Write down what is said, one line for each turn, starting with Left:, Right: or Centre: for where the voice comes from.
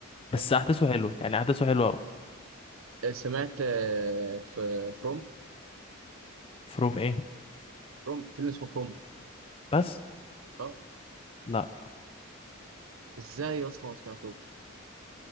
Left: بس
Right: مم.
Left: احداثه حلوة يعني احداثه حلوة اوي
Right: آه، سمعت آه، في فروم
Left: فروم ايه
Right: فروم فيلم اسمه فروم
Left: بس
Right: اه
Left: لا
Right: ازاي يا اسطى ما سمعتوش